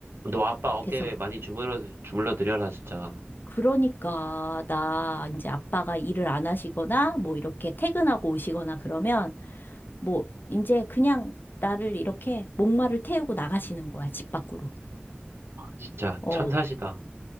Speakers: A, on the right; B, on the left.
A: 너 아빠 어깨에
B: 그래서
A: 많이 주물러, 주물러 드려라, 진짜.
B: 그러니까 나 이제 아빠가 일을 안 하시거나 뭐 이렇게 퇴근하고 오시거나 그러면 뭐 이제 그냥 나를 이렇게 목마를 태우고 나가시는 거야 집 밖으로.
A: 진짜
B: 어,
A: 천사시다.